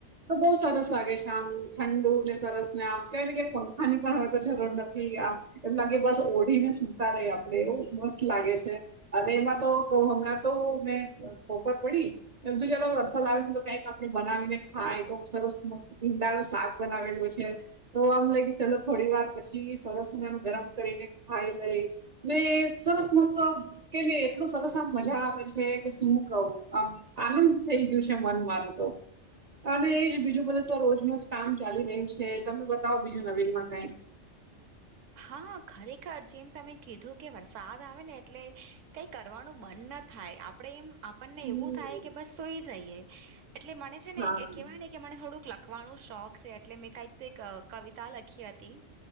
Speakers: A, on the right; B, on the right.
A: તો બહુ સરસ લાગે છે આમ ઠંડુ ને સરસ ને આમ કહેવા ને કે પંખાની પણ હ તો જરૂર નથી. એમ લાગે બસ ઓઢી ને સુતા ર આપડે એવ મસ્ત લાગે છે. અને એમાં તો ક હમણાં તો મેં પોપર પડી એમ તો જ વસા લાવી છે. કઈક આપડે બનાવીને ખાય તો સરસ મસ્ત ભીંડા નો શાક બનાવેલું છે. તો આમ લાગ કે ચલો થોડી વાર પછી સરસનેનું ગરમ કરીને ખાઈ લઈ. જે સરસ મસ્ત. કે નને એટલું સરસ આમ મજા આવેે છે કે શું કહું આનંદ થઈ ગયું છે મનમાં. હલો. અને એ બીજું બધું તો રોજનુંજ કામ ચાલી રહ્યું છે તમને બતાવો બીજું નવીનમાં કઈ
B: હા ખરેખર જેમ તમે કીધું કે વરસાદ આવે ને એટલે કઈ કરવાનું મન નથી. થાય આપણેે એમ આપણને
A: હમ
B: એવું થાય કે બસ સોઈ જઈએ એટલે મને છે ને
A: હા
B: એ કેહેવાય ને કે મને થોડુંક લખવાનું શોખ છે એટલે મેં કક એક કવિતા લખી હતી